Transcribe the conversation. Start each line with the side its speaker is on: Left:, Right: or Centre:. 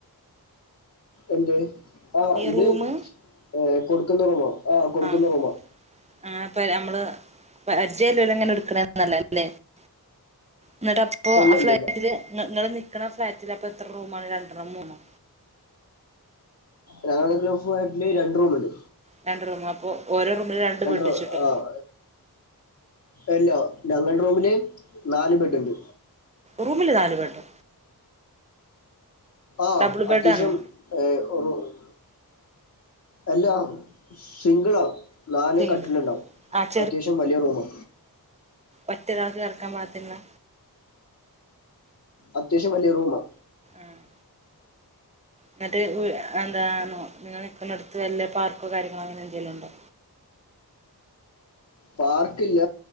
Left: എന്തെ ആഹ്
Right: ഈ
Left: ഇത്
Right: റൂമ്
Left: ഏഹ് കൊട്ക്ക്ന്ന റൂമോ ആ കൊടുക്കുന്ന
Right: ആഹ്
Left: റൂമാ
Right: ആഹ് ഇപ്പ നമ്മള് പരിചയള്ളോലങ്ങനെ ഇട്ക്ക്ണെ <unintelligible> ഇന്ന്ട്ടപ്പൊ
Left: അല്ല
Right: ആ ഫ്ളാറ്റില്
Left: ഇല്ല ഇല്ല
Right: ഇങ്ങ ഇങ്ങള് നിക്കണ ഫ്ളാറ്റിലപ്പെത്ര റൂമാ രണ്ട്രോ മൂന്നോ
Left: ഞാൻ നിക്കണ ഫ്ലാറ്റില് രണ്ട് റൂമ്ണ്ട്
Right: രണ്ട് റൂമോ അപ്പൊ ഓരോ റൂമില് രണ്ട് ബെഡെച്ച്ട്ടോ
Left: റൂ ആഹ് അല്ല ഞങ്ങള്ടെ റൂമില് നാല് ബെഡ്ണ്ട്
Right: റൂമില് നാല് ബെഡൊ
Left: ആഹ്
Right: ഡബിൾ ബെഡാണോ
Left: അത്യാവശ്യം ഏഹ് <unintelligible> എല്ലാ സിംഗിളാ നാല്
Right: സിംഗിൾ
Left: കട്ടില്ണ്ടാവും
Right: ആഹ്
Left: അത്യാവശ്യം വലിയ റൂമാ
Right: ഒറ്റൊരാൾക്ക് കടക്കാൻ പാകത്തിന്ള്ളെ
Left: അത്യാവശ്യം വലിയ റൂമാ
Right: ആഹ് ഇന്ന്ട്ട് ഓയ് എന്താണോ നിങ്ങള് നിക്ക്ന്നട്ത്ത് വല്ല പാർക്കോ കാര്യങ്ങളോ അങ്ങനെ എന്തേലുണ്ടോ
Left: പാർക്ക് ഇല്ല